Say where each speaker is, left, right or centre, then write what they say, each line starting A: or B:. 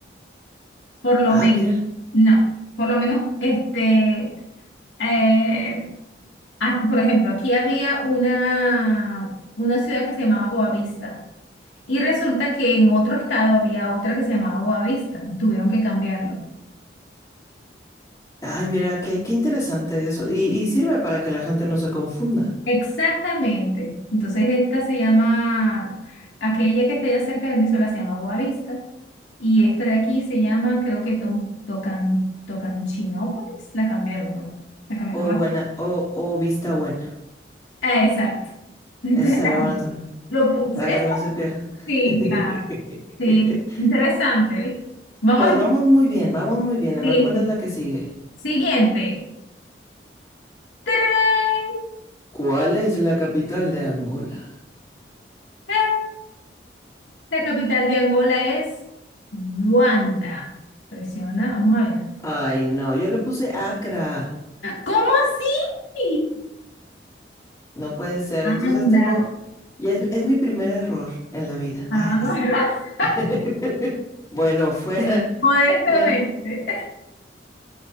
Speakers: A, on the left; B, on the left.
A: Por lo
B: Ah,
A: menos,
B: mira.
A: no. Por lo menos, este, eh, ah, por ejemplo, aquí había una, una ciudad que se llamaba Boavista. Y resulta que en otro estado había otra que se llamaba Boavista. Tuvieron que cambiarlo.
B: Ay, mira, qué, qué interesante eso. Y, y sirve para que la gente no se confunda.
A: Exactamente. Entonces esta se llama, aquella que está allá cerca de Venezuela se llama Boavista y esta de aquí se llama, creo que Ton- Tocan, Tocanchinópolis, la cambiaron pues, la cambiaron
B: O
A: a...
B: buena, o, o vista buena.
A: Ah, exacto. <laughs> Entonces,
B: Eso estaría
A: la-
B: bueno también.
A: lo, pu-
B: Para
A: esta
B: que no se pierda.
A: sí,
B: <laughs>
A: claro. Sí, interesante, ¿viste? Vamos
B: Pues
A: a...
B: vamos muy bien, vamos muy bien. A
A: Sí,
B: ver cuál
A: sí.
B: es la que sigue.
A: Siguiente. ¡Tararán!
B: ¿Cuál es la capital de Angola?
A: ¡Ah! La capital de Angola es Luanda. Presiona, vamos a ver.
B: Ay, no, yo le puse Acra.
A: ¿Cómo así?
B: No puede ser. Entonces
A: Anda.
B: tengo. Ya es, es mi primer error en la vida.
A: Ah,
B: Ah, no
A: <laughs>
B: es- <laughs> Bueno, fuera.
A: Modestamente.
B: No,